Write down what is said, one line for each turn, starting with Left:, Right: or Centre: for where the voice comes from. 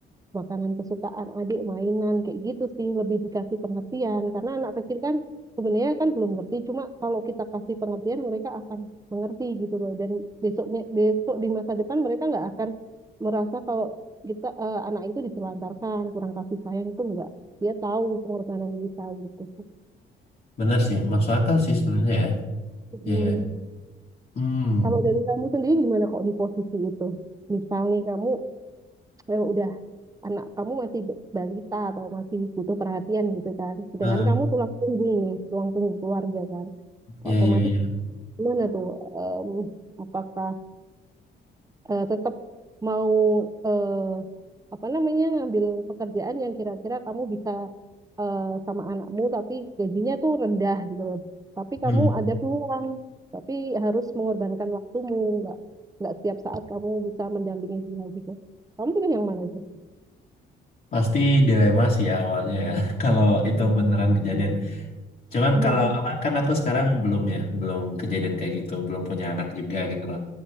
Right: makanan kesukaan adik, mainan kayak gitu sih lebih dikasih pengertian karena anak kecil kan sebenarnya kan belum ngerti cuma kalau kita kasih pengertian mereka akan mengerti gitu loh dan besoknya besok di masa depan mereka nggak akan merasa kalau kita eh, anak itu ditelantarkan kurang kasih sayang itu enggak dia tahu pengorbanan kita gitu.
Left: Benar sih, masuk akal sih sebenarnya ya.
Right: Mm.
Left: Ya ya. Hmm.
Right: Kalau dari kamu sendiri gimana kok di posisi itu? Misalnya kamu eh, udah anak kamu masih b- balita atau masih butuh perhatian gitu kan. Sedangkan
Left: Ah,
Right: kamu tulang punggung nih, tulang punggung keluarga kan.
Left: ya
Right: Otomatis
Left: ya ya.
Right: gimana tuh? Em, apakah eh, tetap mau eh, apa namanya ngambil pekerjaan yang kira-kira kamu bisa eh, sama anakmu tapi gajinya tuh rendah gitu loh. Tapi kamu
Left: Hmm.
Right: ada peluang, tapi harus mengorbankan waktumu, nggak nggak setiap saat kamu bisa mendampingi dia gitu. Kamu pilih yang mana itu?
Left: Pasti dilema sih ya awalnya ya, <laughs> kalau
Right: Iya,
Left: itu beneran kejadian. Cuman
Right: iya.
Left: kalau
Right: Mm-mm.
Left: apa, kan aku sekarang belum ya, belum kejadian kayak gitu, belum punya anak juga gitu loh.